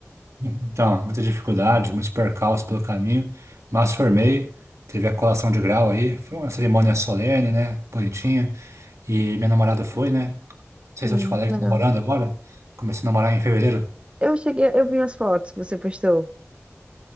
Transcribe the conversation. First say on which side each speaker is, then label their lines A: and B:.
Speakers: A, on the right; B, on the right.
A: Então, muitas dificuldades, muitos percalços pelo caminho, mas formei. Teve a colação de grau aí. Foi uma cerimônia solene, né? Bonitinha. E minha namorada foi, né? Não sei
B: Sim,
A: se eu te falei
B: que
A: que
B: legal.
A: tô namorando agora. Comecei a namorar em fevereiro.
B: Eu cheguei, eu vi as fotos que você postou.